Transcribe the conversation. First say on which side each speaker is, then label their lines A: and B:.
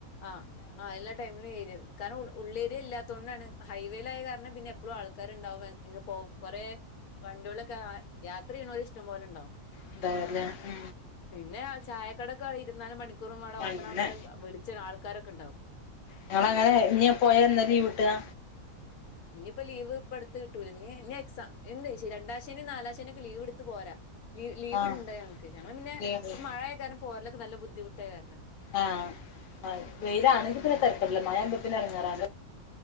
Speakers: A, on the left; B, on the left.
A: ആഹ് ആ എല്ലാ ടൈമിലും ഏരിയണ്ട് കാരണം ഉള്ളേരിയ ഇല്ലാത്ത തൊണ്ടാണ് ഹൈവേയിലായ കാരണം പിന്നെ എപ്പോഴും ആൾക്കാരുണ്ടാവും ഇ പോ കൊറെ വണ്ടിളൊക്കെ യാത്ര ചെയ്യണല ഇഷ്ടം പോല ഉണ്ടാവും
B: എന്തല്ല ഉ
A: പിന്നെ ആ ചായക്കടൊക്കെ ഇരുുന്നാല് മണിക്കൂർും അവിടെ ഓപ്പൺ
B: അങ്ങനെ
A: ആവുന്നണ്ട് വിളിച്ച ആൾക്കാരൊക്കെ ഉണ്ടാവും
B: ഞങ്ങള അങ്ങനെ ഇ പോയ എന്നാല വീട്ടുകാ
A: ഇനിയിപ്പ ലീവ് ഇപ്പ എടുത്ത് കിട്ടൂല ഇീ ഇനി എക്സാം എ രണ്ടാ്േനും നാലാഴ്ചേനൊക്കെ ലീവ് എടുത്ത് പോരാ ലീവ ലീവ്ുണ്ടോ
B: ആഹ്
A: ഞൾക്ക് ഞങ്ങള്ൾ പിന്നെ
B: ലീവ്
A: ഇപ്പ മഴയ കാരണം പോലൊക്ക നല്ല ബുദ്ധിമുട്ടായി കാരണം
B: ആഹ് വെയിലാണെങ്കി പിന്നെ
A: ഉം
B: തരപ്പമില്ല മഴമ്പ പിന്നെ ഇറങ്ങാറാണ്ട്ക്കെ